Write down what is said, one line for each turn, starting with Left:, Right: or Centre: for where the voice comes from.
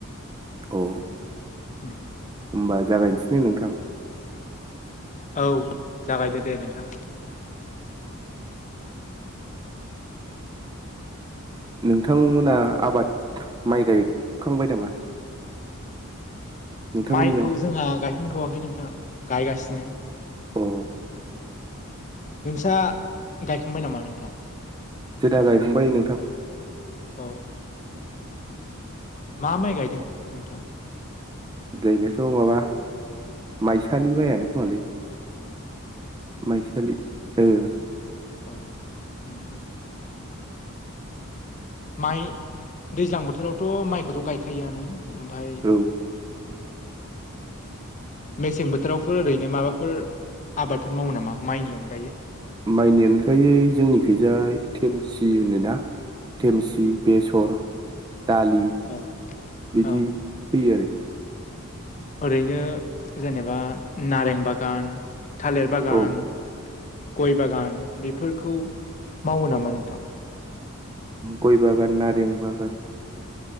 Right: औ
Left: ह <inaudible>
Right: होम्बा जागायनोसै दै नोंथां
Left: औ जागायदो दे नोंथां
Right: नोंथांमोना आबाद माइ गायखांबाय नामा नोंथांमोननियाव
Left: माइखौ जोंहा गायखांथ'वाखै नोंथां गायगासिनो
Right: औ
Left: नोंस्रा गायखांबाय नामा नोंथां
Right: जेदा गायखांबाय नोंथां
Left: औ मा माइ गायदों नोंथां
Right: ओरैनोथ' माबा माइसालि माइआनो खोमालै माइसालि ओ
Left: औ उम उम-उम माइ दैज्लां बोथोरावथ' माइखौथ' गायखायोआनो ओमफ्राय
Right: औ <inaudible>
Left: मेसें बोथोरावफोर ओरैनो माबाफोर आबादफोर मावो नामा माइनि अनगायै।
Right: माइनिअनगायै जोंनिखैजाय थेमसि होनोना थेमसि बेसर दालि
Left: औ
Right: बिदि
Left: औ
Right: फैयो आरो
Left: ओरैनो जेनेबा नारें बागान थालिर
Right: आरो
Left: बागान
Right: औ
Left: गय बागान बेफोरखौ मावो नामा नोंथां
Right: गय बागान नारें बागान